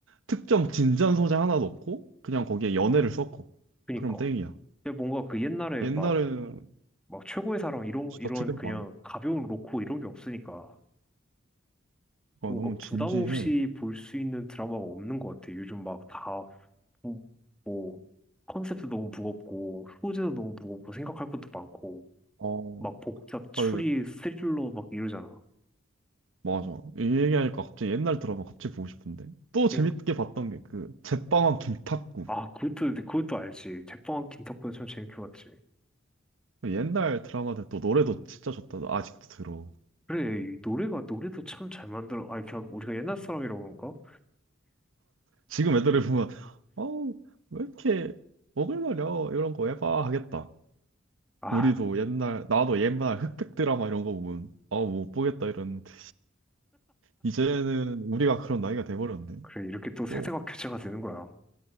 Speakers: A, on the right (about 80°); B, in the centre.
A: 특정 진지한 소재 하나 넣고 그냥 거기에 연애를 섞어.
B: 그니까.
A: 그럼 땡이야.
B: 근데 뭔가 그 옛날에
A: 옛날에는
B: 막 막 최고의 사랑 이런
A: 진짜
B: 이런
A: 특이한
B: 그냥
A: 거 많아.
B: 가벼운 로코 이런 게 없으니까
A: 그러니까
B: 좀 뭔가
A: 너무 진지해.
B: 부담 없이 볼 수 있는 드라마가 없는 것 같아. 요즘 막 다뭐 뭐 컨셉도 너무 무겁고 소재도 너무 무겁고 생각할 것도 많고
A: 어,
B: 막 복잡 추리
A: 아,
B: 스릴러 막 이러잖아.
A: 맞아. 이 얘기하니까 갑자기 옛날 드라마 갑자기 보고 싶은데. 또 재밌게
B: 그러니까
A: 봤던 게 그 제빵왕 김탁구.
B: 아 그것도 근데 그것도 알지. 제빵한 김탁구도 참 재밌게 봤지.
A: 옛날 드라마들 또 노래도 진짜 좋다. 나 아직도 들어.
B: 그래 이 노래가 노래도 참 잘 만들어. 아 그냥 우리가 옛날 사람이라고 그런가?
A: 지금 애들을 보면, 어우, 왜 이렇게 오글거려? 이런 거 해봐 하겠다.
B: 아
A: 우리도 옛날, 나도 옛날 흑백 드라마 이런 거 보면, 아우, 못 보겠다 이러는데. 이제는 우리가 그런 나이가 돼버렸네.
B: 그래 이렇게 또 세대가
A: 또,
B: 교체가 되는 거야.